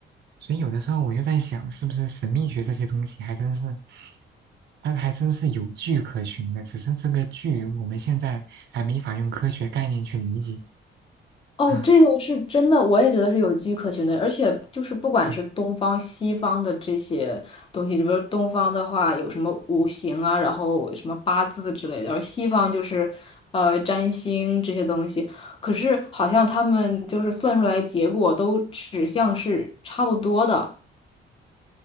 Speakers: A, on the right (about 60°); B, on the left (about 25°).
A: 所以有的时候我就在想，是不是神秘学这些东西还真是，它还真是有据可循的，只是这个据我们现在还没法用科学概念去理解。
B: 哦，
A: <laughs>
B: 这个是真的，我也觉得是有据可循的，而且就是不管是东方、
A: 嗯，
B: 西方的这些东西，比如说东方的话有什么五行啊，然后什么八字之类的，而西方就是呃占星这些东西，可是好像他们就是算出来结果都指向是差不多的。